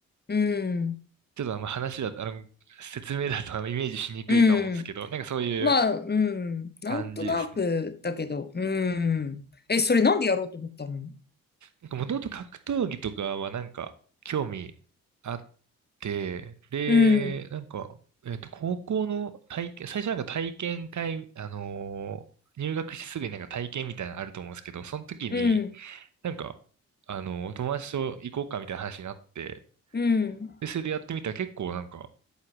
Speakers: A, on the left; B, on the right.
A: うん、
B: ちょっとあの話だと、あの、説明だとあのイメージしにくいかもですけど、
A: うん。
B: なんかそういう
A: まあ、うん、なんとなくだけど、
B: 感じですね。
A: うん。え、それなんでやろうと思ったの
B: なんかもともと格闘技とかはなんか興味あって、で、
A: うん、
B: なんか、えっと、高校の体験、最初なんか体験会、あのー入学してすぐになんか体験みたいなのあると思うんですけど、その時に
A: うん、
B: なんか、あのー友達と行こうかみたいな話になって、
A: うん、
B: で、それでやってみたら結構なんか、も